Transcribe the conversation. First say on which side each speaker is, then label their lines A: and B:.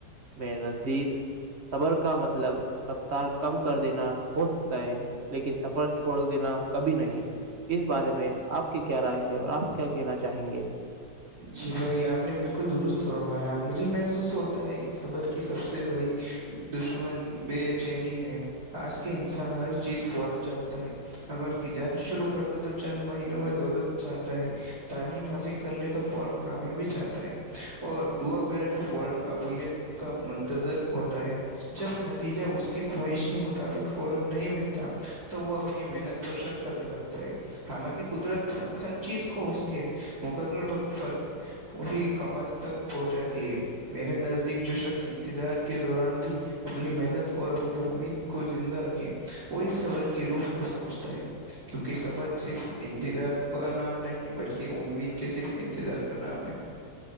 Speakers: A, on the right; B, on the right.
A: میں نزدیک صبر کا مطلب رفتار کم کر دینا ہو سکتا ہے لیکن سفر چھوڑ دینا کبھی نہیں اس بارے میں آپ کی کیا رائے ہے اور آپ کیا کہنا چاہیں گے
B: جی بھائی آپ نے بالکل درست رمایا مجھے محسوس ہوتا ہے کہ صبر کی سب سے بڑی دشمن بے چینی ہے آج کے انسان ہر چیز فورا چاہتا ہے اگر تجارت شروع کر دے تو چند مہینوں میں دولت چاہتا ہے تعلیم حاصل کر لیتے تو فورا کامیابی چاہتا ہے اور دعا کرے تو فورا قبولیت کا منتظر ہوتا ہے جب نتیجہ اس کی خواہش کے مطابق فورا نہیں ملتا تو وہ اپنی محنت پر شک کرنے لگتا ہے حالانکہ قدرت ہر چیز کو اس کے مقرر وقت پر وہی کمل تک پہنچاتی ہے میرے نزدیک جو شخص انتظار کے دوران بھی اپنی محنت اور اپنی امید کو زندہ رکھے وہ اس صبر کی روح کو سمجھتا ہے کیونکہ سفر صرف انتظار کا نام نہیں بلکہ امید کے صرف انتظار کا نام ہے